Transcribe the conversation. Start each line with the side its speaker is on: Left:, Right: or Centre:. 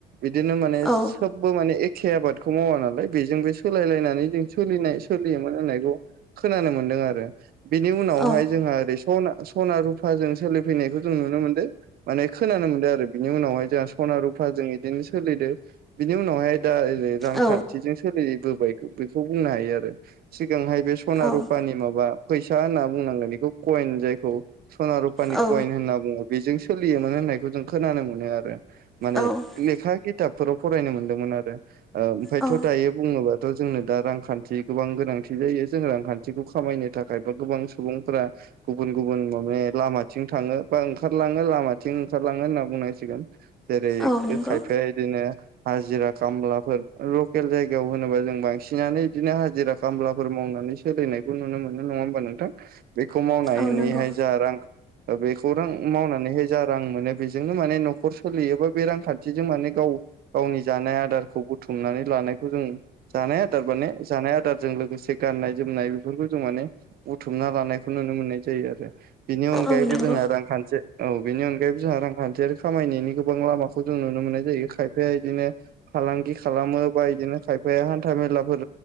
Right: बिदिनो माने सोबबो
Centre: औ
Right: माने एखे आबादखौ मावा नालाय बेजोंबो सोलायलायनानै जों सोलिनाय सोलियोमोन होननायखौ खोनानो मोनदों आरो बेनि उनावहाय
Centre: औ
Right: जोंहा ओरै सना सना-रुफाजों सोलिफैनायखौ जों नुनो मोनदों। माने खोनानो मोन्दों आरो बिनि उनावहाय जोंहा सना-रुफा जों बिदिनो सोलिदों। बिनि उनावहाय दा ओरै रांखान्थिजों
Centre: औ
Right: सोलिबोबाय बेखौ बुंनो हायो आरो सिगांहाय बे सना
Centre: औ
Right: रुपानि माबा फैसा होनना बुंनांगोन बेखौ कइन जायखौ सना रुपानि
Centre: औ
Right: कइन होनना बुङो बेजों सोलियोमोन होननायखौ जों खोनानो मोनो आरो माने
Centre: औ
Right: लेखा खिथाबफोराव फरायनो मोनदोंमोन आरो ओमफफ्रायथ'
Centre: औ
Right: दायो बुङोबाथ' जोंनो दा रांखान्थि गोबां गोनांथि जायो जों रांखान्थिखौ खामायनो थाखाय बा गोबां सुबुंफोरा गुबुन गुबुन माने लामाथिं थाङो बा ओंखारलाङो। लामाथिं ओंखारलाङो होनना बुंनांसिगोन जेरै
Centre: औ नंगौ
Right: खायफाया बिदिनो हाजिरा खामलाफोर लकेल जायगायाव होनोबा जों बांसिनानो बिदिनो हाजिरा खामलाफोर मावनानै सोलिनायखौ नुनो मोनो नङा होमबा नोंथां? बेखौ मावनानैहाय
Centre: औ नंगौ
Right: जा रां बेखौ रां मावनानै माने हाय जा रां मोनो बेजोंनो माने न'खर सोलियोबा बे रांखान्थिजों माने गाव गावनि जानाय आदारखौ बुथुमनानै लानायखौ जों जानाय आदार माने जानाय आदारजों लोगोसे गाननाय जोमनाय बेफोरखौ जों माने बुथुमना लानायखौ नुनो मोननाय जायो आरो बेनि अनगायैबो
Centre: औ नंगौ
Right: जोंहा रांखान्थि औ बेनि अनगायैबो जोंहा रांखान्थियारि खामायनायनि गोबां लामाखौ जों नुनो मोननाय जायो खायफाया बिदिनो फालांगि खालामो बा बिदिनो खायफाया हान्था मेलाफोर